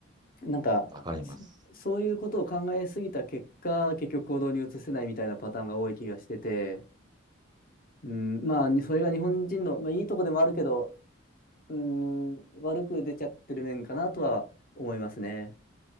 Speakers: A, on the left; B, on the right.
A: なんかそ、
B: わかります。
A: そういうことを考えすぎた結果、結局行動に移せないみたいなパターンが多い気がしてて、うん、まあ、にそれが日本人の、まあ、いいとこでもあるけど、うん、悪く出ちゃってる面かなとは思いますね。